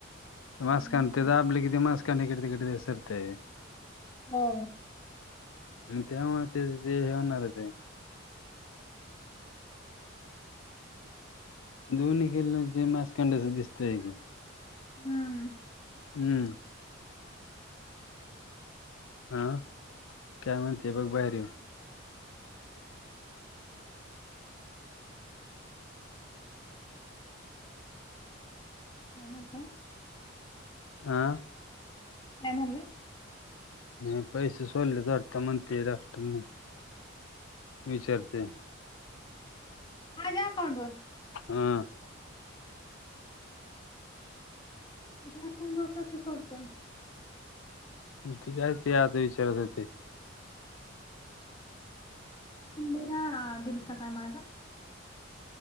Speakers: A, on the left (about 90°); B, on the left (about 20°).
A: मास
B: हम्म
A: काांडते तर आपले किती मास इकडे किडत सरतेय.
B: हो.
A: त्यामुळे ते ते जे होणार आहे ते दोन्ही खेल् ज मासखंड असं दिसतय.
B: हम्म.
A: हम्म. हा.. का म्ह ते बघ बाहेर येवून.
B: काय म्हणता.
A: हा.
B: काय म्हणला?
A: ह पैसे सोले वाटत म्हणतेय डॉक्टरन विचारते.
B: माझ्या अकाउंट वर
A: आ.
B: <unintelligible>
A: ते काय ते आता विचाराच होते.
B: तुबरा दिलता काय माझा?